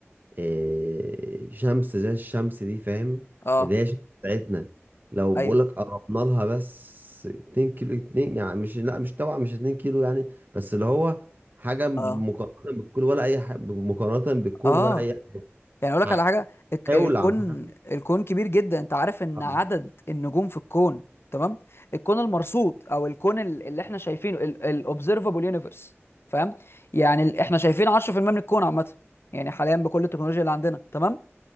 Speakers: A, on the right; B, on the left.
A: إيه، شمس زي الشمس دي فاهم
B: اه
A: اللي هي الشمس بتاعتنا لو بقولك
B: ايوه
A: قربنا لها بس 2 كيلو 2 يعني مش لا مش طبعا مش 2 كيلو يعني بس اللي هو حاجة مقارنة
B: اه
A: بالكون ولا أي حاجة مقارنة بالكون
B: اه
A: ولا أي
B: يعني اقول
A: حاجة
B: لك على حاجه الك-
A: هيولع
B: الكون
A: فاهم؟
B: الكون كبير جدا انت عارف ان
A: اه
B: عدد النجوم في الكون تمام الكون المرصود او الكون ال- اللي احنا شايفينه الاوبزرفابل يونيفرس فاهم يعني ال- احنا شايفين 10% من الكون عامه يعني حاليا بكل التكنولوجيا اللي عندنا تمام